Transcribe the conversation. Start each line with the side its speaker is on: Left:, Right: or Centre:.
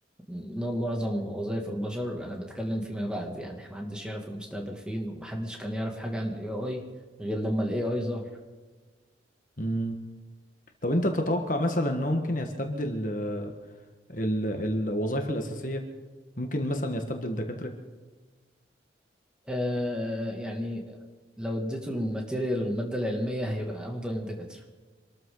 Centre: م- معظم وظائف البشر انا بتكلم فيما بعد يعني محدش يعرف المستقبل فين ومحدش كان يعرف حاجة عن الاي اي غير لما الاي اي ظهر
Left: امم طب انت تتوقع مثلا انه ممكن يستبدل آه، ال... الوظائف الأساسية ممكن مثلا يستبدل دكاترة
Centre: آه يعني لو اديته الماتيريال والمادة العلمية هيبقى افضل من الدكاترة